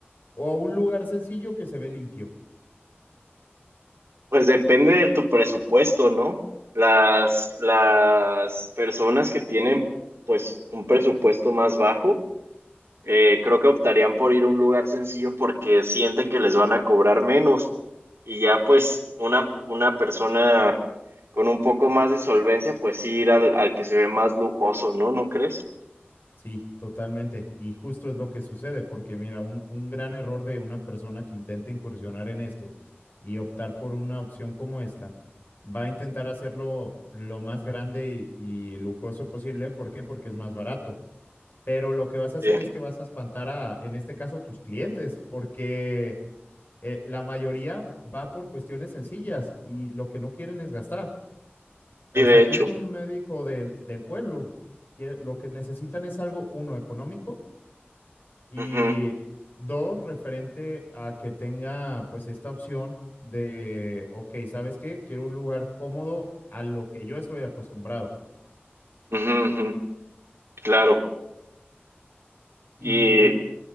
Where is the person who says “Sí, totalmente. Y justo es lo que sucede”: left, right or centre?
Left